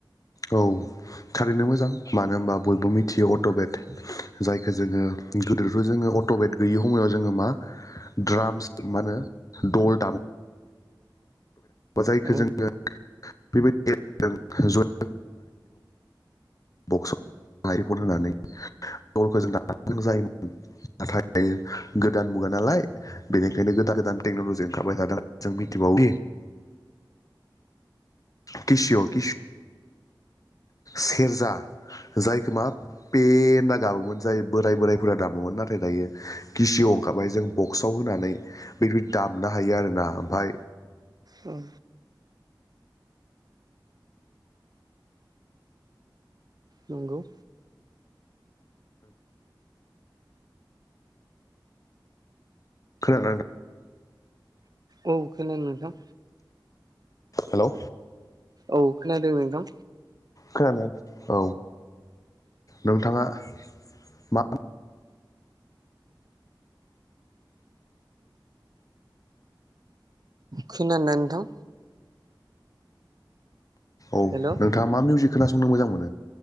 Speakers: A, on the left; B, on the right.
A: औ कारेन्टनो मोजां मानो होनबा बयबो मिथियो अट'बेट जायखौ जोङो गोदोथ' जोङो अट'बेट गैयि समाव जोङो मा द्रामस मा होनो दल दाम जायखौ
B: औ
A: जोङो बेबायदि <unintelligible> बक्स फन होनानै दलखौ जों दा जों जायोमोन नाथाय गोदान मुगा नालाय बेनिखायनो गोदान गोदान टेक्न'लजि ओंखारबाय थादों जों मिथिबावयो किसिअ' किस सेरजा जायखौ मा पे होन्ना गाबोमोन जाय बोराय बोरायफोरा दामोमोन नाथाय दायो गिसियाव ओंखारबाय जों बक्सआव होनानै बेदि दामनो हायो आरोना ओमफ्राय
B: औ नंगौ
A: खोनादों ना नोंथां
B: औ खोनादों नोंथां
A: हेलौ
B: औ खोनादों नोंथां
A: खोनानो औ नोंथाङा मा
B: खोनादोंना नोंथां
A: औ नोंथाङा
B: हेल'
A: मा मिउजिक खोनासंनो मोजां मोनो